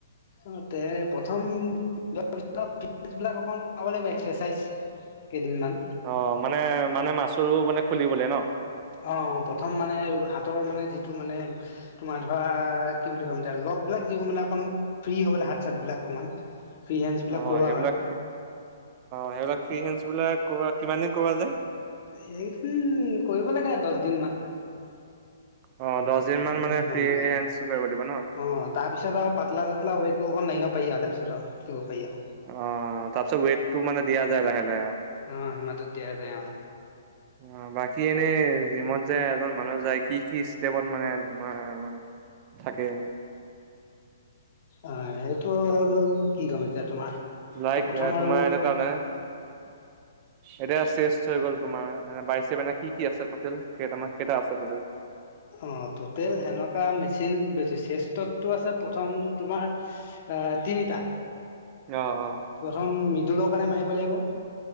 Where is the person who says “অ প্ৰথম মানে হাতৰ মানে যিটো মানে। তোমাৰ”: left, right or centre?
Left